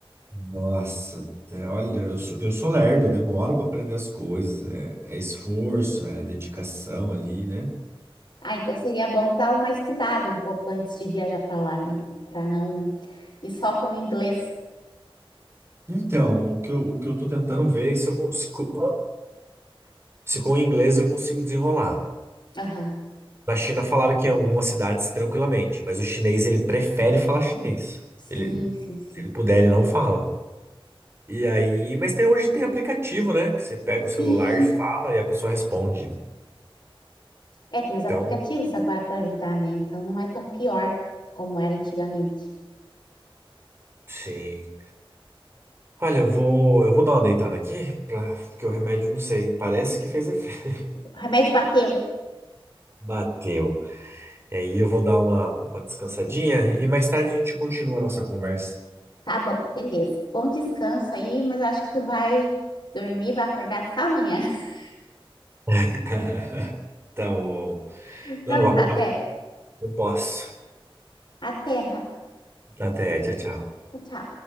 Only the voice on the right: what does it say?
Nossa, até- olha, eu sou, eu sou lerdo, eu demoro para aprender as coisas, é, é esforço, é dedicação ali, né?
Então, o que eu, o que eu tô tentando ver é se eu consigo, <coughs> se com o inglês eu consigo desenrolar.
Na China falaram que em algumas cidades tranquilamente, mas o chinês ele prefere falar chinês.
Ele,
se ele puder, ele não fala. E aí, mas tem, hoje tem aplicativo, né? Que você pega
o celular e fala e a pessoa responde.
Então,
sim. Olha, eu vou, eu vou dar uma deitada aqui, pra, porque o remédio, não sei, parece que fez efeito.
<laughs> Bateu. E aí eu vou dar uma, uma descansadinha e mais tarde a gente continua a nossa conversa.
<laughs> Tá bom.
Não, não, vou
acordar,
não posso.
Até, tchau, tchau.